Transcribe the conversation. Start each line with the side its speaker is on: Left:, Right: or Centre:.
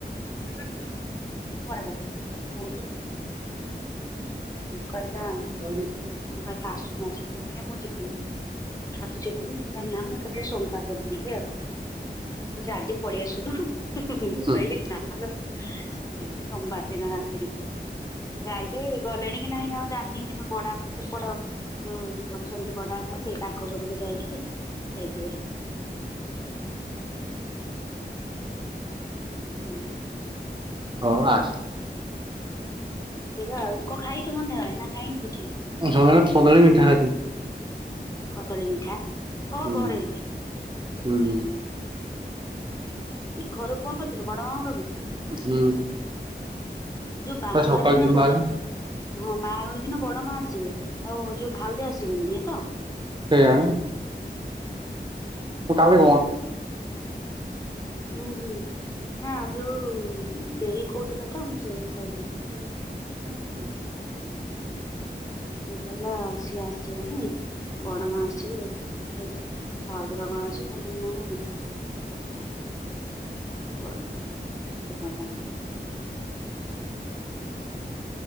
Left: କି କାଲି କ କ ଓ କହିଲା
Right: କ
Left: ମୁଁ କହିଲି ଆସୁନୁ ଆସୁନୁ ଟିକେ ମୁଁ ଯିବିନି। ଆଉ ତୁ ଯିବୁନି ମୁଁ କହିଲି ମୁଁ ଏକା ଥରେ ସୋମବାରେ ଯିବି ଆଉ କହୁଛି ଆଜି ପଳେଇ ଆସୁନୁ, ମୁଁ
Right: ହୁଁ
Left: କହିଲି ନା ଲୋ, ଯିବି ସୋମବାର ଦିନ ରାତିରୁ ଯାଇଛ ଗଲେଣି କି ନାହିଁ ଆଉ ଜାଣିନି କିନ୍ତୁ ବଡ ବାପ ସେପଟ ଯୋଉ ଅଛନ୍ତି ବଡ ବାପା ସେଇ ତାଙ୍କ ଘରକୁ ଯାଇକି ଯାଇଥିବେ। ହୁଁ।
Right: ହଉ ଆ
Left: ଏ ଆଉ କଣ ଖାଇଛୁ ସଂଧ୍ୟାବେଳେ ନା ଖାଇନୁ କିଛି
Right: ହଁ ସନ୍ଧ୍ୟାରେ ମିଠା ଖାଇ ଥିଲି,
Left: କଦଳୀ ମିଠା କଣ
Right: ହୁଁ।
Left: ଘରେ ହେଇଛି?
Right: ହୁଁ
Left: ହଁ। ଘରକୁ କଣ କରୁଥିଲୁ ବଡ ମାଆଙ୍କବି
Right: ହୁଁ।
Left: ଯୋଉ ବାହାଘର
Right: ସକାଳୁ
Left: ଦିନ
Right: ଯିବି ବାହାରି
Left: ବଡ ହଁ ବାହାଘର ଦିନ ବଡ ମା ଆସିବେ ଆଉ ଯୋଉ ଭାଉଜ ଆସିବେନି ଏଇ ତ,
Right: ସେଇଆ ବା। ମୁଁ ତା ଭି
Left: ଉୁଁ ହୁଁ ନା ଯୋଉ ଦେଇ କହୁଥିଲେ ତ ମୁଁ ସେଇଆକୁ କହିଲି।
Right: ଓ ହ ହଁ।
Left: ସେ କହିଲା ସିଏ ଆସିଯିବନି ବଡ ମା ଆସିବେ। ମୁ କହିଲି ଭାଉଜ ର କାଇଁ ଆ ବଡ ମାଉସୀ